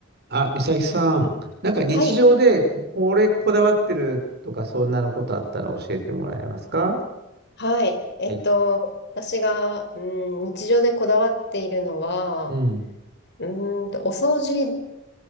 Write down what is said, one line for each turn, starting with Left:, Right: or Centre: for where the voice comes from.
Right: あ、美咲さん、なんか日常でこれこだわってるとか、
Left: はい。
Right: そんなのことあったら教えてもらえますか
Left: はい。えっと、
Right: はい
Left: 私が、うん、日常でこだわっているのは、
Right: うん、
Left: うーんと、お掃除、